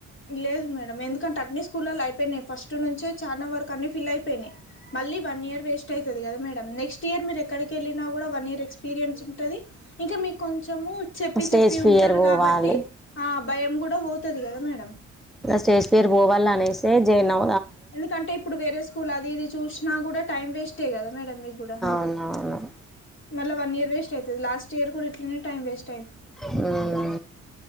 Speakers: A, on the left (about 40°); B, in the centre.
A: లేదు మేడం ఎందుకంటే అన్ని స్కూళ్లల్లో అయిపోయినాయి ఫస్ట్ నుంచే చాలా వరకు అన్నిీ ఫిల్ అయిపోయినాయి మళ్ళీ వన్ ఇయర్ వేస్ టైతది కదా మేడం నేక్స్ట్ ఇయర్ మీరు ఎక్కడికేళ్ళినా కూడా వన్ ఇయర్ ఎక్స్పీరియన్స్ ఉంటది ఇంకా మీకు కొంచము చెప్పి
B: స్టేజ్
A: చెప్పి
B: ఫియర్
A: ఉంటారు
B: పోవాలి
A: కాబట్టి ఆ భయం కూడా పోతది కదా మేడం
B: గ స్టేజ్ ఫియర్ పోవాలనేసే జైనౌ
A: ఎందుకంటే ఇప్పుడు వేరే స్కూల్ అది ఇది చూసినా కూడా టైం వేస్టే కదా మేడం మీకు కూడా
B: అవును
A: మల్ల వన్ ఇయర్ వేస్ట్ అయితది లాస్ట్ ఇయర్ కూడా ఇట్లనే టైమ్ వేస్
B: హుం